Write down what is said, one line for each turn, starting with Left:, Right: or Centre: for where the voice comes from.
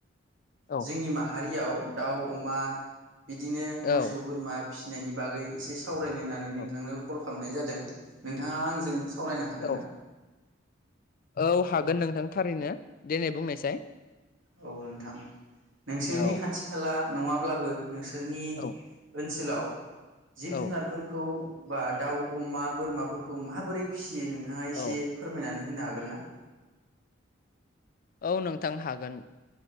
Left: औ
Right: जोंनि माहारियाव दाउ अमा बिदिनो
Left: औ
Right: मोसौ बोरमा फिसिनायनि बागै एसे सावरायनो होननानै नोंथांनो
Left: औ
Right: कल खालामनाय जादों नोंथाङा आंजों सावरायनो हागोन ना?
Left: औ औ हागोन नोंथां थारैनो दनै बुंनायसाय।
Right: औ नोंथां नोंसोरनि
Left: औ
Right: खाथि खाला नङाब्लाबो नोंसोरनि
Left: औ
Right: ओनसोलाव जिब
Left: औ
Right: जुनारफोरखौ बा दाउ अमा बोरमाफोरखौ माबोरै फिसियो नों नोंथाङा
Left: औ
Right: एसे फोरमायनानै होनो हागोन ना?
Left: औ नोंथां हागोन।